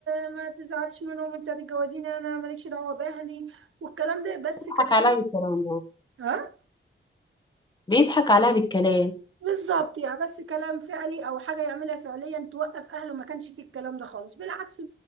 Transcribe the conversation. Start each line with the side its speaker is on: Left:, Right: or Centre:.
Right: ما تزعلش منهم انت هتتجوزيني انا مالكش دعوة باهلي والكلام ده بس
Left: بيضحك
Right: ككو
Left: عليها بالكلام ده
Right: اه
Left: بيضحك عليها بالكلام
Right: بالظبط يعني بس كلام فعلي او حاجه يعملها فعليا توقف اهله ما كانش فيه الكلام ده خالص بالعكس